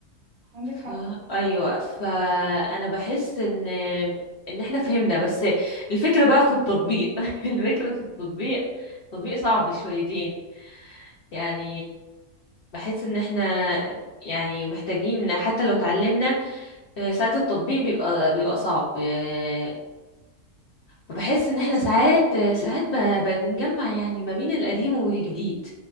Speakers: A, on the right (about 50°); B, on the left (about 80°).
A: عندك
B: ف...
A: حق
B: ايوه فانا بحس ان ان احنا فهمنا بس الفكره بقى في التطبيق <laughs> الفكره في التطبيق تطبيق صعب شويتين يعني بحس ان احنا يعني محتاجين حتى لو اتعلمنا آه، ساعات التطبيق بيبقى بيبقى صعب آه، فبحس ان احنا
A: هو
B: ساعات
A: صعب.
B: آه، ساعات ب... ب... بنجمع يعني ما بين القديم والجديد